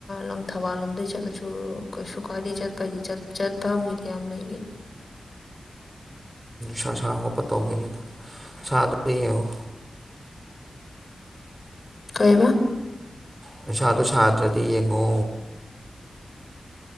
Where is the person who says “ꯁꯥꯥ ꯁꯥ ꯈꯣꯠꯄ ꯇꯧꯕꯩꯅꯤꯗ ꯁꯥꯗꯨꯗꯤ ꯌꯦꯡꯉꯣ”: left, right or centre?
Right